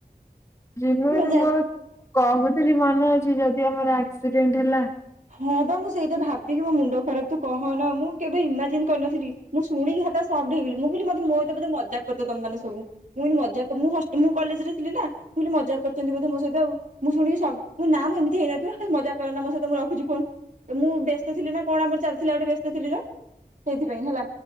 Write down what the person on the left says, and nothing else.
ରିନୁ
ମୋର କହୁଥିଲି ମନେ ଅଛି ଯଦି ଆମର ଆକ୍ସିଡେଣ୍ଟ ହେଲା